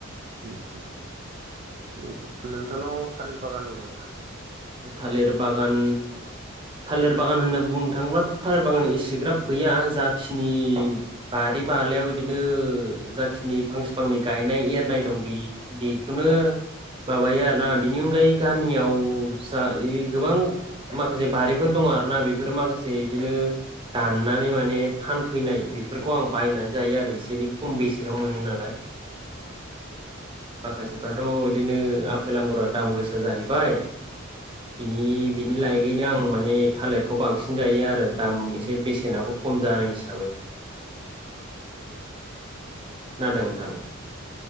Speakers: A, on the right; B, on the right.
A: हुम हुम उम । नोंथांनाव थालिर बागान दं नामा?
B: थालिर बागान थालिर बागान होनना बुंनो थाङोबथ' थालिर बागान एसेग्राब गैया जाखिनि बारि बालायाव बिदिनो जाखि फांसेफांनि गायनाय ए नाय दं बेखौनो माबायो आरोना बिनि अनगायै गामियाव फसा गोबां माखासे बारिफोर दङ आरोना बेफोरो माखासे बिदिनो दाननानै माने फानफैनाय बेफोरखौ आं बायनानै जायो आरो एसे एनै खम बेसेनाव मोनो नालाय आखखसे थ' बिदिनो आफेल आंगुरा दाम गोसा जाहैबाय । बिनि बिनि लायगैनो आं माने थालिरखौ बांसिन जायो आरो दाम एसे बेसेनाबो खम जानाय हिसाबै । खोनादों नोंथां?